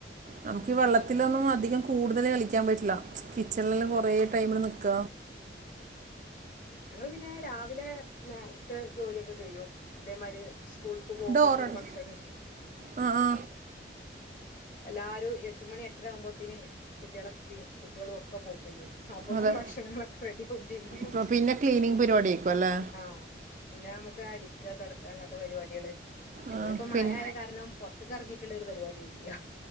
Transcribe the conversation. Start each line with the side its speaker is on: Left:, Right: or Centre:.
Right: നമുക്ക് ഈ വെള്ളത്തിലൊന്നും അധികം കൂടുതല് കളിക്കാൻ പറ്റില്ല. ! കിച്ചണിലും കുറേ
Left: ആഹ്
Right: ടൈമിൽ നിൽക്ക..
Left: ഞങ്ങള് പിന്നെ രാവിലെ നേരത്തെ ജോലിയൊക്കെ കഴിയും.. ഇതേമാരി സ്കൂൾക്ക് പോകുമ്പോത്തേന്
Right: ഡോറടി
Left: ഭക്ഷണംണ്ട്..
Right: ആ ആ
Left: എല്ലാരും എട്ട് മണി എട്ടര ആകുമ്പോത്തന് കുട്ടികളെപ്പ്യും കുട്ടികളും ഒക്കെ പോക്കയിനും.. അപ്പോത്തീന്
Right: അതെ
Left: ഭക്ഷണങ്ങളൊക്കെ റെഡി ആകും ചെയ്യും...
Right: ഇപ്പം പിന്നെ ക്ലീനിങ് പരിപാടി ആയിരിക്കുംല്ലേ?
Left: ആഹ്! പിന്നെ, നമുക്ക് അടിക്ക തുടക്ക അങ്ങനത്തെ പരിപാടികള്... ആയിക്കൂടെ
Right: ആ
Left: ഇപ്പം
Right: പിന്നെ
Left: മഴ ആയ കാരണം പുറത്തക്ക് ഇറങ്ങിയിട്ടുള്ള ഒരു പരിപാടിയും ഇല്ല.. !